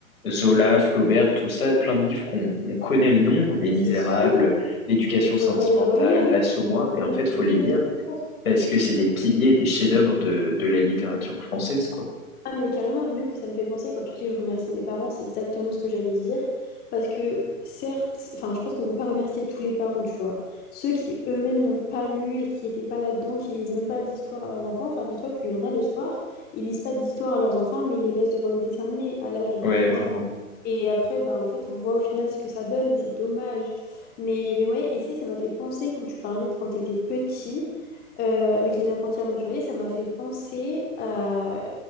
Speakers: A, on the left (about 75°); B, on the left (about 20°).
A: Zola, Flaubert, tout ça, plein de livres qu'on on connaît le nom, Les
B: Mais
A: Misérables,
B: c'est sûr. hein.
A: L'éducation
B: Et il faudrait
A: sentimentale,
B: les relire. hein.
A: L'Assommoir,
B: Et
A: et
B: même
A: en fait,
B: les
A: faut
B: lire
A: les lire
B: tout court.
A: parce que c'est des piliers et des chefs-d'œuvre de, de la littérature française, quoi.
B: Ah, mais carrément, et même ça me fait penser quand tu dis je remercie mes parents, c'est exactement ce que j'allais dire. Parce que certes, enfin, je pense qu'on ne peut pas remercier tous les parents, tu vois. Ceux qui eux-mêmes n'ont pas lu et qui n'étaient pas là-dedans, qui lisent même pas d'histoire à leurs enfants. Enfin, dis-toi qu'il y en a le soir, ils lisent pas d'histoire à leurs enfants, mais ils les laissent devant les dessins animés à l'âge de deux
A: Ouais,
B: trois
A: vraiment.
B: ans. Et après, bah, en fait, on voit au final ce que ça donne et c'est dommage. Mais, mais ouais, et tu sais, ça m'a fait penser quand tu parlais de quand tu étais petit euh, avec les apprentis aventuriers, ça m'a fait penser à